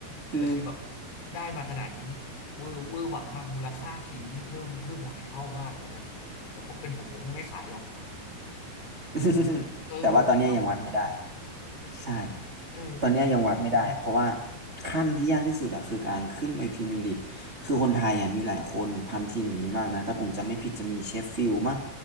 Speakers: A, on the right; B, on the left.
A: คือ
B: แต่คือแบบได้มาขนาดนี้นี่เวอร์เวอร์หวังมากมูลค่าทีมนี่เพิ่มเพิ่มหลายเท่ามากแล้วนะแต่ผมเป็นผมผมก็ไม่ขายหรอก
A: <laughs>
B: เออจริงป่ะ
A: แต่ว่าตอนเนี้ยยังวัดไม่ได้ใช่
B: เออ
A: ตอนเนี้ยยังวัดไม่ได้เพราะว่าขั้นที่ยากที่สุดอะคือการขึ้นไปพรีเมียร์ลีกคือคนไทยอะมีหลายคนทำทีมอย่างนี้มากนะถ้าผมจำไม่ผิดจะมีเชฟฟิลด์มั้ง